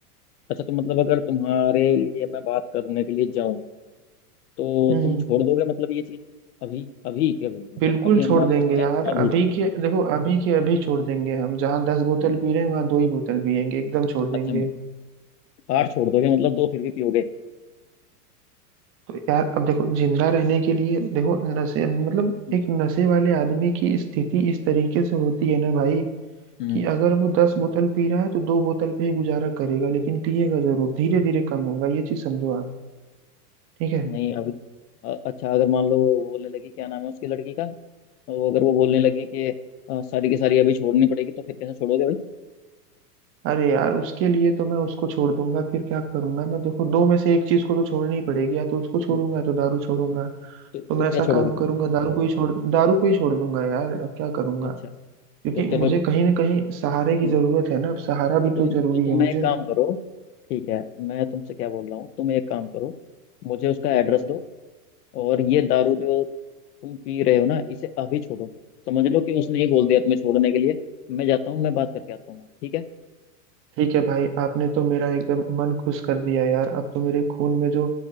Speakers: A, on the left; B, on the right.
A: अच्छा तो मतलब अगर तुम्हारे लिए मैं बात करने के लिए जाऊँ तो
B: हम्म
A: तुम
B: हम्म।
A: छोड़ दोगे मतलब ये चीज अभी अभी के अभी मतलब
B: बिल्कुल
A: अभी
B: छोड़
A: हम बात
B: देंगे
A: कर रहे
B: यार
A: हैं अभी
B: अभी के देखो अभी के अभी छोड़ देंगे हम जहाँ दस बोतल
A: तुम
B: पी रहे हैं वहां दो ही बोतल पियेंगे एकदम छोड़ देंगे
A: अच्छा आठ छोड़ दोगे मतलब दो फिर भी पियोगे
B: तो यार अब देखो जिंदा रहने के लिए देखो नशे मतलब
A: हम्म
B: एक नशे वाले आदमी की स्थिति इस तरीके से होती है ना भाई
A: हम्म,
B: कि अगर वो दस बोतल पी रहा है तो दो बोतल पे ही गुजारा करेगा लेकिन पिएगा जरूर धीरे धीरे कम होगा ये चीज समझो आप ठीक है
A: नहीं अभी अ- अच्छा अगर मान लो वो बोलने लगी क्या नाम है उसकी लड़की का वो अगर वो बोलने लगी कि अ, सारी की सारी अभी छोड़नी पड़ेगी तो फिर कैसे छोड़ोगे भाई
B: अरे यार उसके लिए तो मैं उसको छोड़ दूंगा फिर क्या करूंगा मैं देखो दो में से एक चीज को तो छोड़नी ही पड़ेगी या तो उसको छोड़ूंगा
A: हम्म,
B: या तो दारू छोड़ूंगा
A: तो
B: तो मैं
A: तो क्या
B: ऐसा
A: छोड़ोगे
B: काम
A: फिर
B: करूंगा दारू को ही छोड़ दारू को ही छोड़ दूंगा यार अब क्या करूंगा
A: अच्छा
B: क्योंकि
A: तो चलो
B: मुझे कहीं ना कहीं सहारे की
A: हम्म,
B: जरूरत है ना अब सहारा भी
A: तो तुम
B: तो जरूरी
A: तो तुम
B: है मुझे
A: एक काम करो ठीक है मैं तुमसे क्या बोल रहा हूँ तुम एक काम करो मुझे उसका एड्रेस दो और ये दारू जो तुम पी रहे हो ना इसे अभी छोड़ो समझ लो कि उसने ही बोल दिया तुम्हें छोड़ने के लिए मैं जाता हूँ मैं बात करके आता हूँ ठीक है
B: ठीक है भाई आपने तो मेरा एकदम मन खुश कर दिया यार अब तो मेरे खून में जो